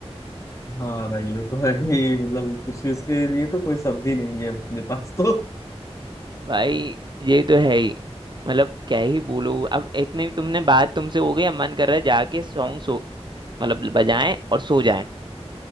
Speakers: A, on the left; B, on the right.
A: हाँ भाई वो तो है ही मतलब कुछ इसके लिए तो कोई शब्द ही नहीं है अपने पास तो
B: भाई ये तो है ही मतलब क्या ही बोलो अब इतने भी तुमने बात तुमसे हो गई अब मन कर रहा है जाके सॉन्ग सो मतलब बजाएं और सो जाएं